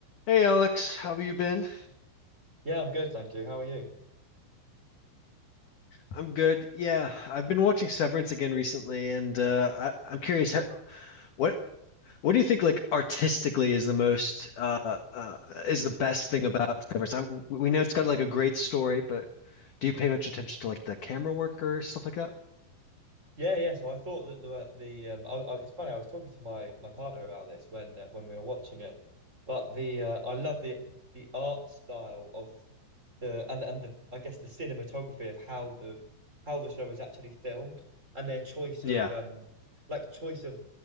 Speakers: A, on the left; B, on the right.
A: Hey Alex, how have you been?
B: Yeah, I'm good, thank you. How are you?
A: I'm good. Yeah, I've been watching Severance again recently, and uh, I, I'm curious how, what what do you think like artistically is the most uh, uh, is the best thing about Severance? I, we know it's got like a great story, but do you pay much attention to like the camera work or stuff like that?
B: Yeah, yeah. So I thought that the the um, I, I, it's funny. I was talking to my my partner about this when uh, when we were watching it. But the uh, I love the the art style of the and and the I guess the cinematography of how the how the show was actually filmed and their choice
A: Yeah.
B: of um like choice of